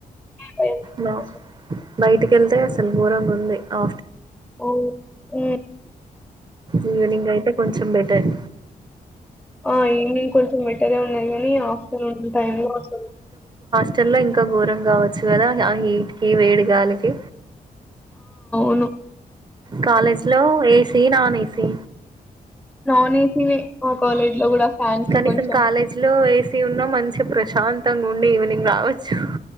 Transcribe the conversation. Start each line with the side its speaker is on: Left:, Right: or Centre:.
Centre: భయం వేస్తుంది.
Right: బ బయటికెల్తే అస్ అసలు ఘోరంగుంది ఆ
Centre: ఓ మ్
Right: ఈవినింగ్ అయితే కొంచెం బెటర్
Centre: ఆ ఈవినింగ్ కొంచెం బెటర్ ఉన్నాయి కని ఆఫ్టర్నూన్ టైంలో అసలు
Right: కిచెన్ లో ఇంకా ఘోరం కావచ్చు కదా ఆ హీట్ కి వేడిగాలికి
Centre: ను
Right: కాలేజ్ లో ఏసి నాన్ ఏసి
Centre: నాన్ ఏసీనే మా కాలేజ్‌లో గూడా ఫ్యాన్స్
Right: కనీసం
Centre: కొంచెం
Right: కాలేజీ లో ఏసీ ఉన్నా మం ప్రశాంతంగా ఉండి ఈవినింగ్ రావచ్చు